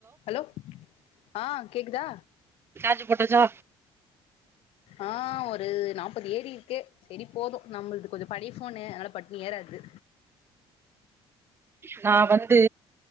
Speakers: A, on the left; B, on the right.
A: Hello ஆ கேக்குதா?
B: Charge போட்டச்சோ
A: ஆ ஒரு நாப்பது ஏறி இருக்கு செரி போது நம்மள்து கொஞ்சொ பழய ஃபோன்னு அதனால பட்டுனி ஏற கது
B: நா வந்து